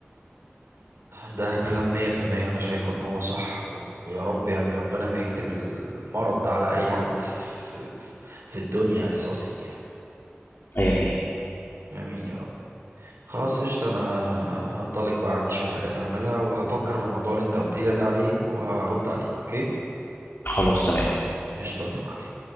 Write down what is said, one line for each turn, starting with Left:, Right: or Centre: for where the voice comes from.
Right: ده كلام مية في المية أنا شايفه إن هو صح و- ويا رب يعني ربنا ما يكتب المرض ده على أي حد في في الدنيا أساسا يعني
Left: امين
Right: آمين يا رب خلاص قشطة أنا هنطلق بقى عندي شوية حاجات أعملها وهفكر في الموضوع اللي أنت قلت لي ده عليه وهرد عليك أوكي
Left: خلاص تمام
Right: قشطة يا معلم